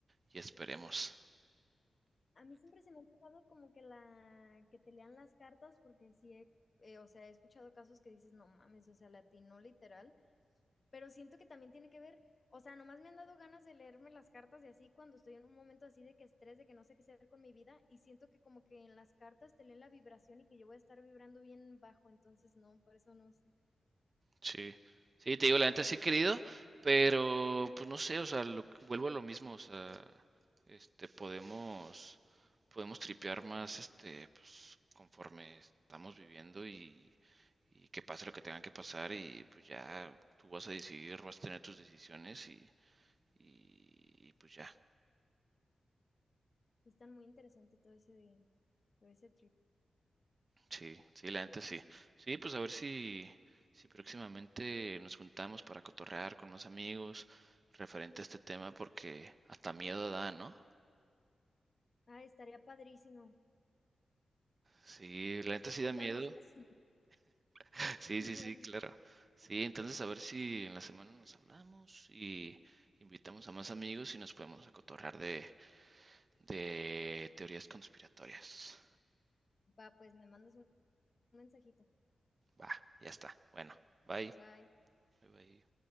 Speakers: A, on the right; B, on the left.
A: y esperemos.
B: A mí siempre se me ha tocado como que la que te lean las cartas, porque sí he, eh, o sea, he escuchado casos que dices, no mames, o sea, le atinó literal, pero siento que también tiene que ver, o sea, nomás me han dado ganas de leerme las cartas y así cuando estoy en un momento así de que estrés, de que no sé qué hacer con mi vida, y siento que como que en las cartas te leen la vibración y que yo voy a estar vibrando bien bajo, entonces no, por eso no sé.
A: Sí, sí, te digo, la neta sí he querido, pero pues no sé, o sea, lo- vuelvo a lo mismo, o sea, este, podemos, podemos tripear más, este, pues conforme estamos viviendo y, y que pase lo que tenga que pasar y pues ya tú vas a decidir, vas a tener tus decisiones y, y, y pues ya.
B: Sí están muy interesante todo ese de, todo ese trip.
A: Sí, sí, la gente sí. Sí, pues a ver si, si próximamente nos juntamos para cotorrear con más amigos referente a este tema, porque hasta miedo da, ¿no?
B: Ah, estaría padrísimo
A: Sí, la gente sí
B: juntarnos.
A: da miedo.
B: pues.
A: <laughs> Sí,
B: <laughs>
A: sí, sí, claro. Sí, entonces a ver si en la semana nos hablamos y invitamos a más amigos y nos podemos a cotorrear de, de teorías conspiratorias.
B: Va, pues me mandas un mensajito.
A: Va, ya está. Bueno, bye.
B: Bye.
A: Bye, bye.